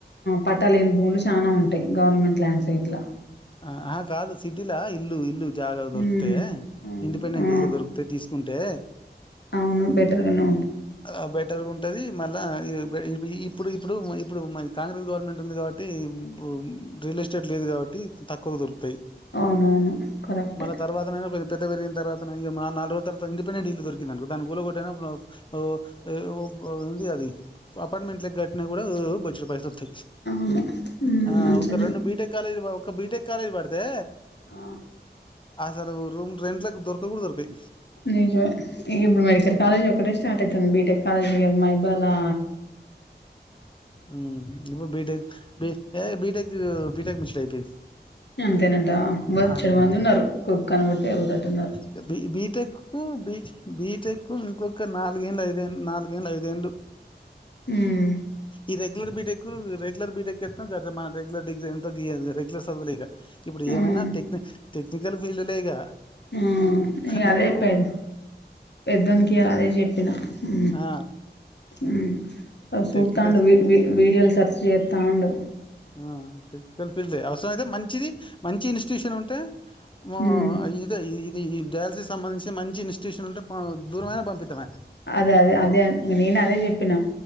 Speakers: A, on the left (about 75°); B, on the left (about 30°).
A: పట్టలేని భూములు చానా ఉంటాయి గవర్నమెంట్ ల్యాండ్స్ ఇట్ల
B: ఆ అ కాదు సిటీలా ఇల్లు ఇల్లు జాగ దొరతే
A: మ్మ్
B: ఇండిపెండెంట్
A: ఆ
B: ఇల్లు దొరికుతే తీసుకుంటే
A: అవును బెటర్ గను
B: ఆ బెటర్గా ఉంటది మళ్ళా ఇ బె ఈ ఇప్పుడు ఇప్పుడు ఇప్పుడు మ కాంగ్రెస్ గవర్నమెంట్ ఉంది కాబట్టి పు రియల్ ఎస్టేట్ లేదు కాబట్టి తక్కువ దొలుకుతు తయి
A: అవునవును కరెక్టే
B: మళ్ళ తర్వాతనన కొ పెద్ద పెరిన తర్వాతక నాలుగో తర్వాత ఇంపెంట్ ఇల్లు దొరికిందనుకో దాని కూల గోట్టయినా కూడా అ ఒ ఏ ఒ అబ్ ఉంది అది అపార్ట్మెంట్ ల కట్టినా కూడా ఓ బొచ్చడ్ పైసలత
A: అవును మ్మ్
B: ఆ
A: మంచినే
B: ఒక రెండు బీటెక్ కాలేజ్ లు ఒక బీటెక్ కాలేజ్ పడితే
A: ఆ
B: అసలు రూమ్ రెంట్లోలకు దొరక కూడా దొరకాయి
A: నిజ ఇ ఇప్పుడు మెడికల్ కాలేజ్ ఒక్కటే స్టార్ట్ అయితంది. బిటెక్ కాలేజ్ ఇగ మైబాలా
B: హ్మ్ ఇప్పుడు BTech B A BTech BTech <unintelligible> అయిపోయింది.
A: అంతేనంటవా బొచ్చెడు
B: అంగ
A: మంది ఉన్నారు. కుక్కను కొడితే ఎరుగుతట్టున్నరు.
B: ఇగ బి బీటెక్కు బీ బీటెక్ ఇంకొ ఇంక నాలుగేల ఐదుళ్ళు నాలుగేల ఐదేళ్ళు
A: మ్మ్
B: ఇరె ఇది కూడ బిటేక్, రెగ్యూలార్ బిటేక్, మన రెగ్యూలార్ డిగ్రీ, రెగ్యూలార్ చదివలేక ఇప్పుడు
A: మ్మ్
B: ఏమైనా నా టెక్ని టెక్నికల్ ఫీల్డ్లే ఇగ
A: ఆ ఇగా
B: నువ్వు
A: అదే పెద్ పెద్దోనికి ఇయ్యాల అదే చెప్ చెప్పిన ఊ
B: ఆ
A: ఊ వాడు చూతాండు
B: టెక్నికల్
A: వి వి వీడియోలు సర్చ్ చేస్తాండు.
B: ఆ టెక్నికల్ ఫిల్డ్ ఏ అవసరం అయితే మంచిది మంచి ఇన్స్టిట్యూషన్ ఉంటే మా
A: మ్
B: ఇదే ఇ ఇది ఈ డయాలసిస్ సంబంధించి మంచి ఇన్స్టిట్యూషన్ ఉంటే ప దూరమైన పంపితమే
A: అదే అదే అదే నేను అదే చెప్పిన